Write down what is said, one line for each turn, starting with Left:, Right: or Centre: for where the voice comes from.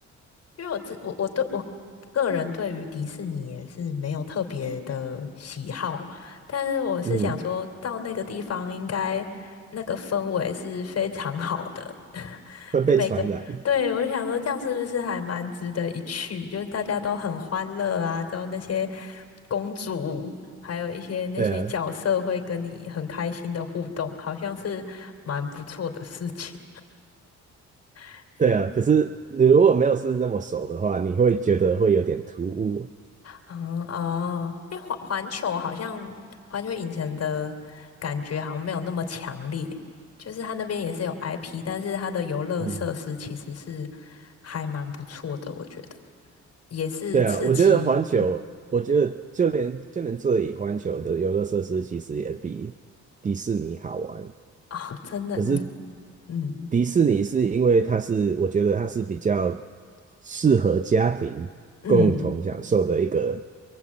Left: 因为我自我我对我个人对于迪士尼也是没有特别的喜好，但是我是想说到那个地方应该那个氛围是非常好的，
Right: 嗯，
Left: <laughs>
Right: <laughs> 会被传染，
Left: 就每个，对，我就想说这样是不是还蛮值得一去？就是大家都很欢乐啊，之后那些公主还有一些那些角色会跟你很开心的互动，
Right: 对啊，
Left: 好像是蛮不错的事情。<laughs>
Right: 对啊，可是你如果没有是那么熟的话，你会觉得会有点突兀，
Left: 嗯哦，因为环环球好像环球影城的感觉好像没有那么强烈，就是它那边也是有 IP，但是它的游乐设施其实是
Right: 嗯，
Left: 还蛮不错的，我觉得也是刺激，
Right: 对啊，我觉得环球，
Left: 嗯
Right: 我觉得就连就连这里环球的游乐设施其实也比迪士尼好玩。
Left: 啊、真的，
Right: 可是
Left: 你嗯
Right: 迪士尼是因为它是，我觉得它是比较适合家庭共同享受的一个
Left: 嗯，